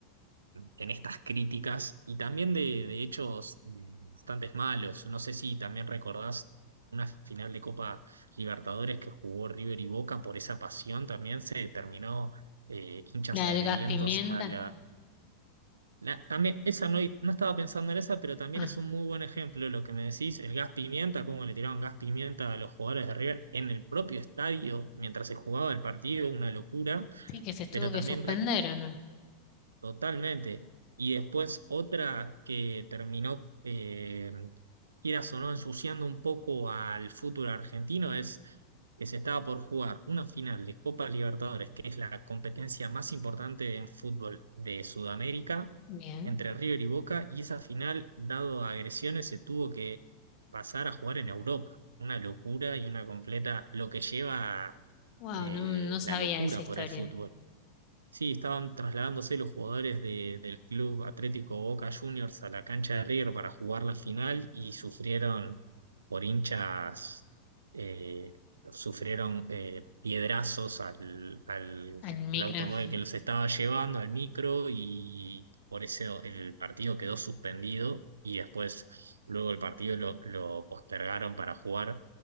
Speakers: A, on the right; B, on the left.
A: en estas críticas y también de, de hechos eh, bastante malos. No sé si también recordás una final de Copa Libertadores que jugó River y Boca por esa pasión, también se terminó eh, hinchas
B: La
A: agrediendo
B: del gas pimienta.
A: a la... la- también, esa no, no estaba pensando en esa, pero también
B: Ah,
A: es un muy buen ejemplo lo que me decís, el gas pimienta, cómo le tiraron gas pimienta a los jugadores de River en el propio estadio mientras se jugaba el partido, una locura
B: sí, que se tuvo
A: pero también
B: que suspender,
A: re-
B: ¿o no?
A: Totalmente. Y después otra que terminó, eh, quieras o no, ensuciando un poco al fútbol argentino es que se estaba por jugar una final de Copa Libertadores, que es la competencia más importante en fútbol de Sudamérica,
B: Bien.
A: entre River y Boca, y esa final, dado agresiones, se tuvo que pasar a jugar en Europa. Una locura y una completa, lo que lleva
B: Wow,
A: eh,
B: no, no
A: la
B: sabía
A: locura
B: esa
A: por
B: historia.
A: el fútbol. Sí, estaban trasladándose los jugadores de- del Club Atlético Boca Juniors a la cancha de River para jugar la final y sufrieron por hinchas, eh, sufrieron eh, piedrazos al, al,
B: Al micro.
A: al automóvil que los estaba llevando, al micro, y por eso el partido quedó suspendido y después luego el partido lo, lo postergaron para jugar